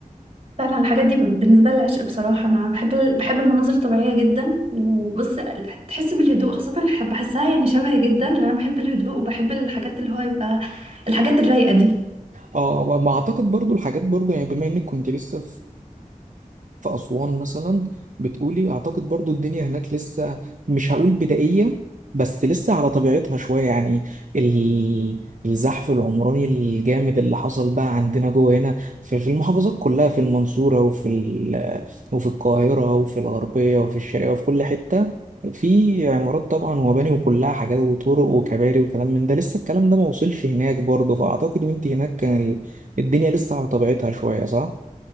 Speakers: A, on the right; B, on the right.
A: فعلا الحاجات دي بالنسبه لي عشق بصراحه انا بحب بحب المناظر الطبيعيه جدا وبص تحس بالهدوء خاصه الح- بحسها يعني شبهي جدا لان انا بحب الهدوء وبحب الحاجات اللي هو يبقى الحاجات الرايقه دي
B: اه وما أعتقد برضو الحاجات برضو يعني بما إنك كنت لسه في أسوان مثلا بتقولي أعتقد برضو الدنيا هناك لسه مش هقول بدائية بس لسه على طبيعتها شوية يعني ال- الزحف العمراني الجامد اللي حصل بقى عندنا جوه هنا في في المحافظات كلها في المنصورة وفي ال- وفي القاهرة وفي الغربية وفي الشرقية وفي كل حتة في عمارات طبعا ومباني وكلها حاجات وطرق وكباري وكلام من ده لسه الكلام ده ما وصلش هناك برضه فأعتقد وانت هناك كان ال- الدنيا لسه على طبيعتها شوية صح؟